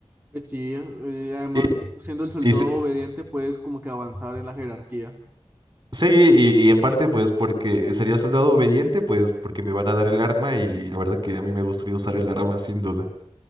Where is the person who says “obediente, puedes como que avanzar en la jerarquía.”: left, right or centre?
Right